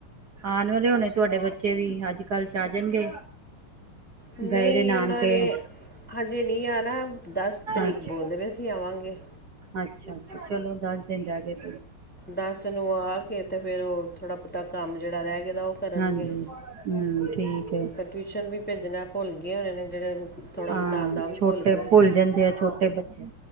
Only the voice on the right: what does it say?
ਆਉਣ ਵਾਲੇ ਹੋਣੇ ਤੁਹਾਡੇ ਬੱਚੇ ਵੀ ਅੱਜ ਕੱਲ ਚ ਆ ਜਾਣਗੇ।
ਗਏ ਦੇ ਨਾਨਕੇ
ਅੱਛਾ
ਅੱਛਾ ਅੱਛਾ, ਚਲੋ ਦਸ ਦਿਨ ਰਹਿ ਗ।
ਹਾਂਜੀ ਹਮ! ਠੀਕ। ਹੈ
ਹਾਂ
ਛੋਟੇ
ਜਾਂਦੇ ਆ ਛੋਟੇ ਬੱਚੇ